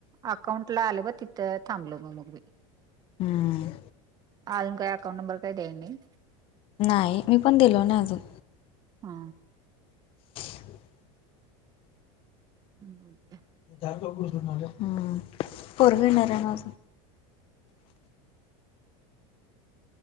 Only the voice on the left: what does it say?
हम्म,
नाही मी पण दिलो ना अजून.
<unintelligible>
हम्म <inaudible> पररवी येणार आहे नां